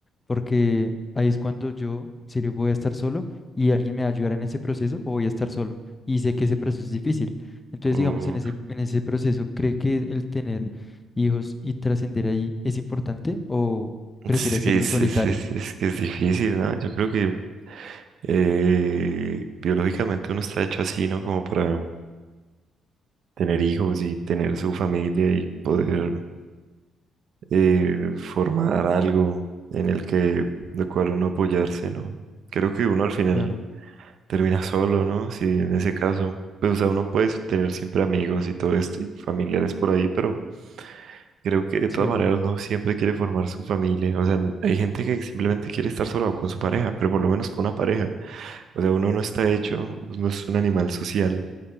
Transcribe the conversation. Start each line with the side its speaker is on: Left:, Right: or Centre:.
Left: porque ahí es cuando yo, en serio, voy a estar solo y alguien me va a ayudar en ese proceso o voy a estar solo. Y sé que ese proceso es difícil. Entonces,
Right: Uf,
Left: digamos, en ese, en ese proceso, ¿cree que el tener hijos y trascender ahí es importante o
Right: es
Left: prefiere hacerlo
Right: que es,
Left: solitario?
Right: es- es- es que es difícil, ¿no? Yo creo que eh, biológicamente uno está hecho así, ¿no? Como para tener hijos y tener su familia y poder eh, formar algo en el que, de cual uno apoyarse, ¿no? Creo que uno al final
Left: Claro,
Right: termina solo, ¿no? Si en ese caso, pues, o sea, uno puede tener siempre amigos y todo esto y familiares por ahí, pero Creo que de
Left: sí,
Right: todas
Left: obvio.
Right: maneras no siempre quiere formar su familia. O sea, hay gente que simplemente quiere estar sola o con su pareja, pero por lo menos con una pareja. O sea, uno no está hecho, no es un animal social